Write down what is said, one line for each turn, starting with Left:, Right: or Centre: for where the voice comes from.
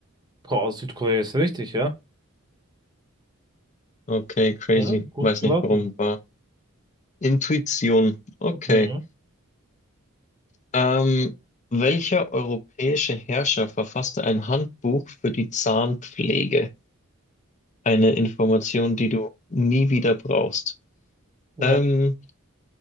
Right: Boah, Südkorea ist richtig, ja?
Left: Okay, crazy.
Right: Ja, gut
Left: Weiß
Right: geraten.
Left: nicht, warum war. Intuition. Okay.
Right: Mhm.
Left: Ähm, welcher europäische Herrscher verfasste ein Handbuch für die Zahnpflege? Eine Information, die du nie wieder brauchst.
Right: Ja,
Left: Ähm,